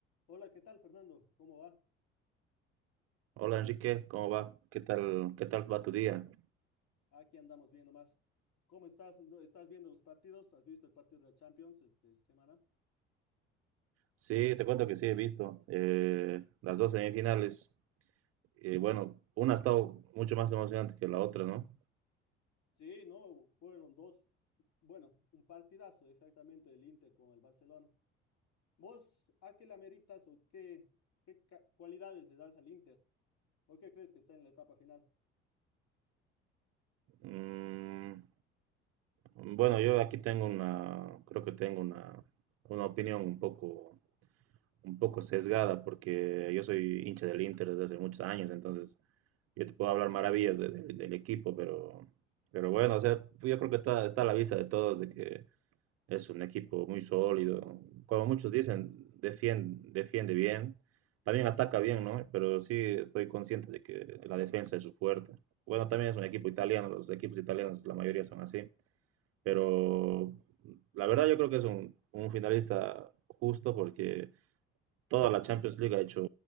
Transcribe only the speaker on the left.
Hola, ¿qué tal, Fernando? ¿Cómo va?
Aquí andamos bien nomás. ¿Cómo estás? ¿No- ¿Estás viendo los partidos? ¿Has visto el partido de la Champions esta semana?
Sí, no, fueron dos, bueno, un partidazo exactamente del Inter con el Barcelona. ¿Vos a qué le ameritas o qué, qué ca- cualidades le das al Inter? ¿Por qué crees que está en la etapa final?